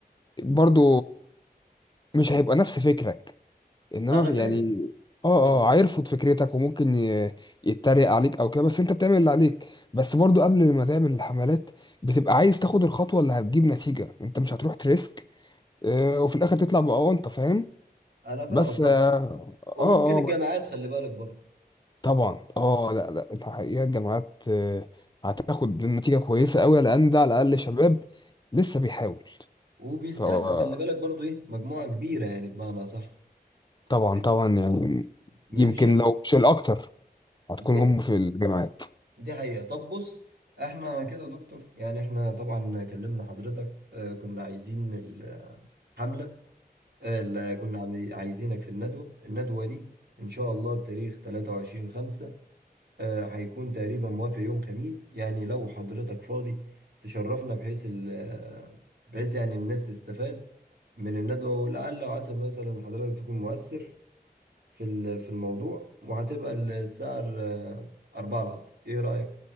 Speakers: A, on the left; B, on the right.
A: برضو مش هيبقى نفس فكرك انما
B: انا
A: في-
B: فاهم
A: يعني اه
B: طب
A: اه هيرفض فكرتك وممكن ي- يتريق عليك او كده بس انت بتعمل اللي عليك بس برضو قبل ما تعمل الحملات بتبقى عايز تاخد الخطوة اللي هتجيب نتيجة انت مش هتروح تريسك آه، وفي الاخر تطلع بأونطة فاهم
B: انا فاهمك
A: بس اه
B: طب
A: اه
B: وممكن
A: آه،
B: الجامعات
A: بس
B: خلي بالك برضه
A: طبعا اه لا لا الحقيقة الجامعات آه، هتاخد نتيجة كويسة قوي لان ده على الاقل شباب لسه بيحاول
B: وبيستهدف
A: فطبعا
B: خلي بالك برضو ايه مجموعة كبيرة يعني بمعنى صح
A: طبعا
B: من
A: يعني
B: من
A: يمكن
B: الشرق
A: لو مش الاكتر هتكون
B: دي
A: هم في الجامعات
B: دي حقيقة طب بص احنا كده يا دكتور يعني احنا طبعا كلمنا حضرتك اه كنا عايزين الحملة اه لا، كنا عم- عايزينك في الندوة الندوة دي ان شاء الله بتاريخ 23 5 اه هيكون تقريبا موافق يوم خميس يعني لو حضرتك فاضي تشرفنا بحيث ال- آه، بحيث يعني الناس تستفاد من الندوة ولعل وعسى مثلا حضرتك تكون مؤثر في ال- في الموضوع وهتبقى الساعة ال- أربعة العصر إيه رأيك؟